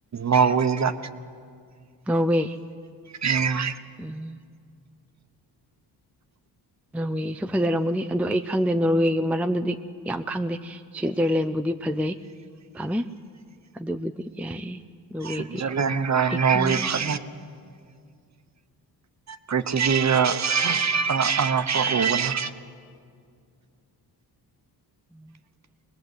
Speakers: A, on the right; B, in the centre.
A: ꯃꯑꯣ ꯏꯒ
B: ꯅꯧꯋꯦ
A: ꯎꯝ
B: ꯎꯝ ꯅꯤꯁꯨ ꯐꯖꯔꯝꯒꯅꯤ ꯑꯗꯣ ꯑꯩ ꯈꯪꯗꯦ ꯅꯣꯔꯋꯦꯒꯤ ꯃꯔꯝꯗꯗꯤ ꯌꯥꯝ ꯈꯪꯗꯦ ꯁ꯭ꯋꯤꯠꯖꯔꯂꯦꯟꯕꯨꯗꯤ ꯐꯖꯩ ꯐꯥꯝꯃꯦ ꯑꯗꯨꯕꯨꯗꯤ ꯌꯥꯏꯌꯦ ꯅꯣꯔꯋꯦꯗꯤ
A: ꯁ꯭ꯋꯠꯖꯔꯂꯦꯟꯒ
B: ꯑꯩ
A: ꯅꯣꯋꯦ
B: ꯈꯪꯗꯦ
A: ꯐ ꯄ꯭ꯔꯤꯊꯤꯕꯤꯗ ꯑꯛ ꯑꯉꯛꯄ ꯎꯒꯅꯤ
B: <inaudible>